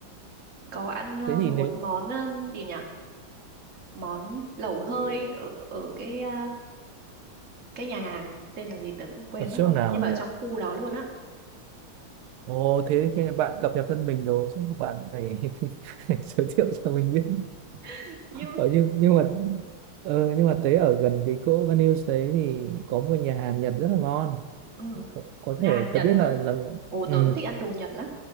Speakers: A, on the right; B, on the right.
A: có ăn ờ,
B: thế thì
A: một
B: nếu
A: món ờ, gì nhỉ? Món lẩu hơi
B: ừ.
A: ở ở cái à, cái nhà hàng tên là gì tớ cũng quên
B: ở chỗ
A: mất rồi,
B: nào
A: nhưng mà
B: nhỉ
A: ở trong khu đó luôn á.
B: Ồ thế khi bạn cập nhật thân mình rồi chắc bạn phải <laughs> giới thiệu cho mình biết
A: <laughs> Nhưng
B: ở nhưng nhưng mà ờ, nhưng mà thấy ở gần cái chỗ Van đấy thì có một cái nhà hàng Nhật rất là ngon
A: ừ,
B: cậu có
A: nhà
B: thể
A: hàng Nhật
B: tớ biết
A: hả?
B: là là
A: Ồ,
B: ừ,
A: tớ cũng thích ăn đồ Nhật lắm.